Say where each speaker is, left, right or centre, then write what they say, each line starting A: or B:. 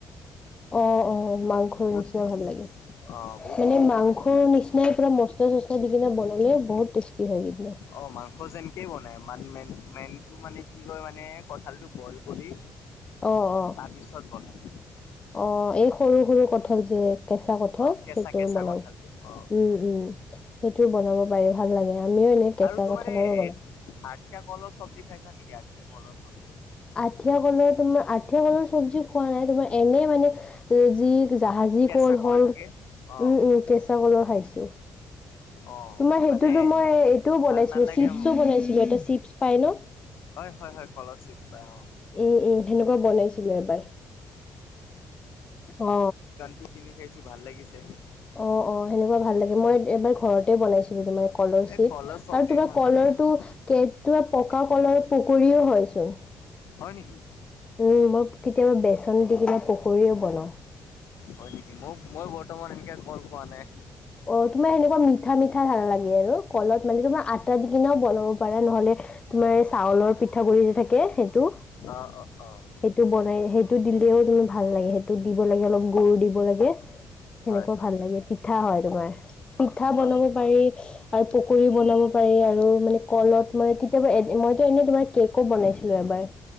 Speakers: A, on the left; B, on the left.
A: অ অ মাংখৰ
B: বহুত
A: নিচিনা ভাল লাগে। মানে
B: অ বহুত ভাল লাগে
A: মাংসৰ
B: মানে।
A: নিচিনাই পুৰা মচলা চচলা দি কিনে বনালে বহুত টেষ্টি হয় কিন্তু
B: অ মাংস যেনকেই বনাই মান মেন মেনটো মানে কি কয় মানে কঠালটো বইল কৰি
A: অ অ
B: তাৰপিছত বনায়।
A: অ এই সৰু সৰু কঠাল যে কেঁচা কঠাল
B: অ কেঁচা
A: সেইটো
B: কেঁচা
A: বনাও
B: কঁঠালটো অ
A: উম উম সেইটো বনাব পাৰি, ভাল লাগে। আমিও এনে কেঁচা
B: আৰু তোমাৰ
A: কঁঠালাৰো
B: এই
A: বনাও।
B: এ আঠিয়া কলৰ চব্জি খাইছা নেকি? আঠিয়া কলৰ চব্জি।
A: আঠিয়া কলৰ তোমাৰ আঠিয়া কলৰ চব্জি খোৱা নাই তোমাৰ এনেই মানে যি জাহাজী
B: কেঁচা
A: কল হল।
B: থাকে অ
A: উম উম কেঁচা কলৰ খাইছো।
B: অ
A: তোমাৰ সেইটো
B: মানে
A: এইটোও বনাইছিলো
B: ভাল নালাগে
A: চিপছো
B: মোক
A: বনাইছিলে এটা চিপছ পাই ন
B: হয় হয় হয় কলৰ চিপছ পাই অ
A: উম উম সেনেকুৱা বনাইছিলে এবাৰ অ
B: টো কিনি খাইছো ভাল লাগিছে।
A: অ অ সেনেকুৱা ভাল
B: অ
A: লাগে। মই এবাৰ ঘৰতে বনাইছিলো তোমাৰ কলৰ
B: এই
A: চিপছ
B: কলৰ চব্জি
A: আৰু তোমাৰ
B: ভাল
A: কলৰটো
B: নালাগে মোক
A: কে তোমাৰ পকা কলৰ পকৰীও হয় চোন।
B: হয় নেকি?
A: উম মই কেতিয়াবা বেচন দি কিনে পকৰীও বনাওঁ।
B: হয় নেকি মই মই বৰ্তমান এনেকে কল খোৱা নাই।
A: অ তোমাৰ সেনেকুৱা মিঠ মিঠা ভাল লাগে আৰু। কলত মানে তোমাৰ আটা দি কিনেও বনাব পাৰা নহলে তোমাৰ এই চাউলৰ পিঠাগুড়ি যে থাকে সেইটো
B: অ-অ-অ।
A: সেইটো বনাই সেইটো দিলেও তুমি ভাল লাগে সেইটো দিব লাগে অলপ গুৰ দিব লাগে সেনেকুৱা
B: হয় হয়
A: ভাল লাগে। পিঠা হয় তোমাৰ। পিঠা
B: হয়
A: বনাব
B: হয়
A: পাৰি আৰু পকৰী বনাব পাৰি আৰু মানে কলত মই কেতিয়াবা এ মইতো এনেই তোমাৰ কেকো বনাইছিলো এবাৰ,